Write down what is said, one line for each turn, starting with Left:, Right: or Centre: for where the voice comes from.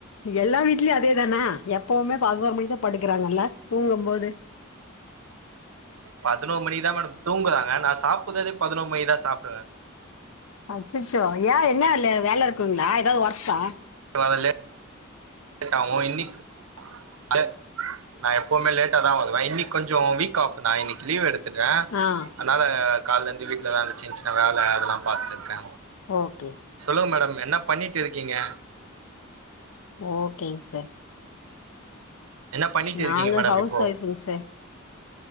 Left: எல்லார் வீட்லையு அதேதானா எப்பவுமே பதினோர் மணிக்குதா படுக்கிறாங்கல்ல தூங்கும் போது
Right: பதினோர் மணிதா மேடம் தூங்குராங்க நா சாப்புடுதே பதினொர் மணிதா சாப்பிடுவே
Left: அச்சச்சோ ஏன் என்ன ல வேல இருக்குங்களா ஏதாவது ஓர்க்கா
Right: இப்ப அதல்லே லோட்டாகு இன்னிக் அது நா எப்பவுமே லேட்டா தா வருவேன் இன்னைக்கு கொஞ்சோ வீக் ஆஃப் நா இன்னைக் லீவ் எடுத்துடே
Left: ஆ
Right: அதனால காலேருந்து வீட்டில வேல சின்ன சின்ன வேலை அதெல்லா பாத்துட்டுருக்கே
Left: ஓகே
Right: சொல்லுங்க மேடம் என்ன பண்ணிட்ருக்கீங்க
Left: ஓகேங்க சார்
Right: என்ன பண்ணிட்டு இருக்கீங்க
Left: நாங்க
Right: மேடம்
Left: ஹவுஸ்
Right: இப்போ
Left: வொய்ஃபுங்க சார்